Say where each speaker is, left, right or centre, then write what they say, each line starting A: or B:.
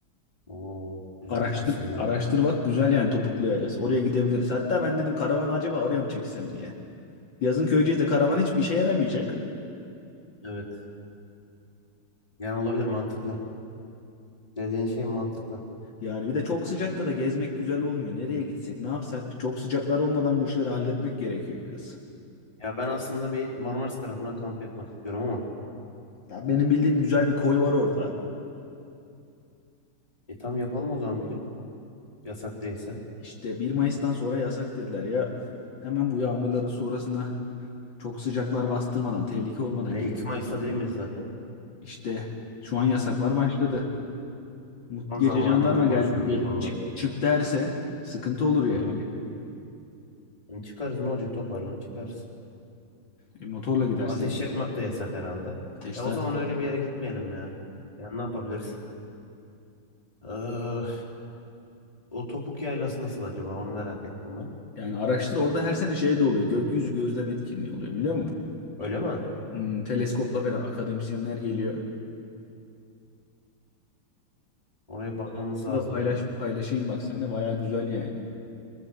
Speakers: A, on the left; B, on the left.
A: Oo, güzelmiş
B: Araştır,
A: aslında.
B: araştır bak güzel yani topuklu yerler. Oraya gidebiliriz. Hatta ben dedim karavanı acaba oraya mı çeksem diye. Yazın köyceğizde karavan hiçbir işe yaramayacak.
A: Evet. Yani olabilir mantıklı. Dediğin şey mantıklı.
B: Yani bir de çok sıcakta da gezmek güzel olmuyor. Nereye gitsek, ne yapsak? Çok sıcaklar olmadan bu işleri halletmek gerekiyor biraz.
A: Ya ben aslında bir Marmaris tarafına kamp yapmak istiyorum ama
B: Ya benim bildiğim güzel bir koy var orada.
A: E tam yapalım o zaman bir gün. Yasak değilse.
B: İşte bir Mayıs'tan sonra yasak dediler ya. Hemen bu yağmurların sonrasına çok sıcaklar bastırmadan, tehlike olmadan
A: Ne
B: gitmek
A: 2 Mayıs'ta
B: lazım.
A: değil miyiz zaten?
B: İşte şu an yasaklar başladı. Mut-
A: Tam
B: Gece
A: zamanında
B: jandarma
A: konuşuyoruz
B: gel, gelip
A: bu konuları.
B: çık, çık derse sıkıntı olur ya.
A: Hı hı. E çıkarız ne olacak toparlanır çıkarız.
B: E, motorla gidersek
A: Ateş yakmak da yasak herhalde.
B: ateş
A: Ya
B: zaten.
A: o zaman öyle bir yere gitmeyelim ya. Ya ne yapabiliriz? Ee, o topuk yaylası nasıl acaba? Onu merak ettim ben.
B: Yani araştır orada her sene şey de oluyor. Gökyüzü gözlem etkinliği oluyor biliyor musun?
A: Öyle mi?
B: Hmm, teleskopla falan akademisyenler geliyor.
A: Oraya
B: O
A: bakmamız
B: da Bunu
A: lazım
B: paylaş,
A: bir.
B: paylaşayım bak seninle baya güzel yani.